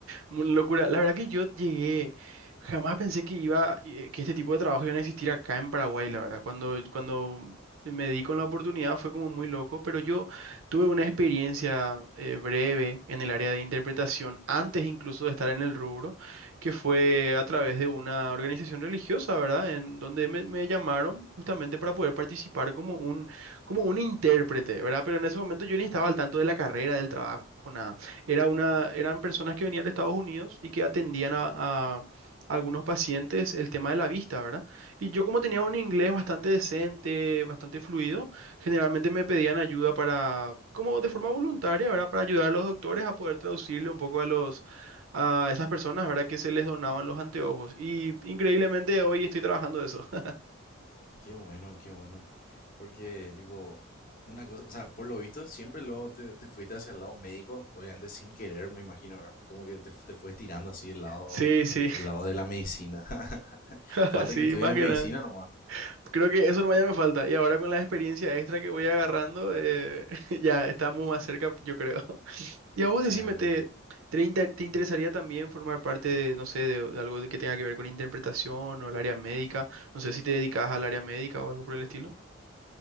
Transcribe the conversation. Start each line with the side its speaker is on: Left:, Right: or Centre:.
Right: Una locura. La verdad que yo llegué, jamás pensé que iba, eh, que este tipo de trabajo iban a existir acá en Paraguay, la verdad. Cuando, cuando me di con la oportunidad fue como muy loco, pero yo tuve una experiencia eh, breve en el área de interpretación, antes incluso de estar en el rubro, que fue a través de una organización religiosa, ¿verdad? En donde me, me llamaron justamente para poder participar como un, como un intérprete, ¿verdad? Pero en ese momento yo ni estaba al tanto de la carrera, del trabajo, nada. Era una, eran personas que venían de Estados Unidos y que atendían a, a algunos pacientes el tema de la vista, ¿verdad? Y yo como tenía un inglés bastante decente, bastante fluido, generalmente me pedían ayuda para, como de forma voluntaria, ¿verdad? Para ayudar a los doctores a poder traducirle un poco a los, a esas personas, ¿verdad? Que se les donaban los anteojos. Y increíblemente hoy estoy trabajando de eso. <laughs>
Left: Qué bueno, qué bueno. Porque, tipo, una cosa, o sea, por lo visto, siempre luego te, te fuiste hacia el lado médico, obviamente sin querer, me imagino, ¿verdad? Como que te, fu- te fuiste tirando así el lado,
Right: Sí, sí,
Left: el lado de la medicina. <laughs>
Right: <laughs>
Left: Falta
Right: sí,
Left: que estudies
Right: más
Left: de medicina
Right: que nada.
Left: nomás.
Right: Creo que eso nomás ya me falta. Y ahora con la experiencia extra que voy agarrando, eh, <laughs> ya estamos más cerca, yo creo. <laughs> Y a vos
Left: Claro,
Right: decime, ¿te,
Left: claro.
Right: te, inter- te interesaría también formar parte de, no sé, de, de algo que tenga que ver con interpretación o el área médica? No sé si te dedicas al área médica o algo por el estilo.